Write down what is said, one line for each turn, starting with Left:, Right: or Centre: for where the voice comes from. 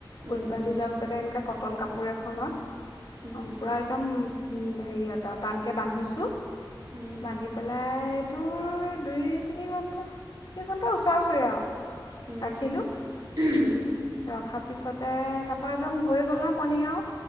Right: উম,
Left: গোট বান্ধি
Right: উম,
Left: যোৱাৰ পিছতে এনেকে কটন কাপোৰ এখনত
Right: উম, উম,
Left: পুৰা একদম উম, হেৰিয়ত টানকে বান্ধিছোঁ
Right: উম,
Left: বান্ধি পেলাই তোৰ দুই তিনি ঘণ্টা তিনি ঘণ্টা ওচৰা ওচৰি আৰু
Right: উম,
Left: ৰাখিলোঁ।
Right: <inaudible>
Left: ৰখাৰ পিছতে তাৰপা একদম হৈ গ'ল নহয় পনীৰ আৰু।